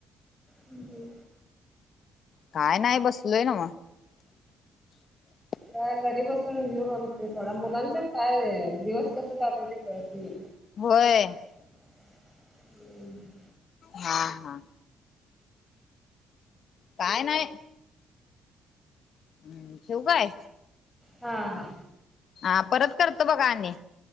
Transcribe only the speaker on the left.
काय नाय, बसलोय नवं. <inaudible>
होय.
हा, हा. काय नाही. हम्म, ठेऊ काय?
हा परत करतो बघा, आणि.